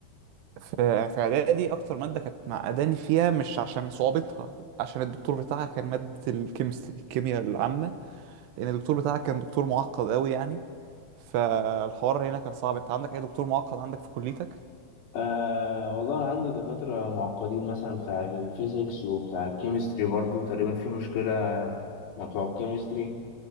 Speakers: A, on the right; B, on the left.
A: في في اعدادي اكتر ماده كانت معقداني فيها مش عشان صعوبتها عشان الدكتور بتاعها كان ماده الكيمستري الكيمياء العامه لان الدكتور بتاعها كان دكتور معقد قوي يعني فالحوار هنا كان صعب انت عندك اي دكتور معقد عندك في كليتك
B: آه والله انا عندي دكاترة معقدين مثلا بتاع الفيزيكس وبتاع الكيمستري برضو تقريبا في مشكلة مع بتوع الكيمستري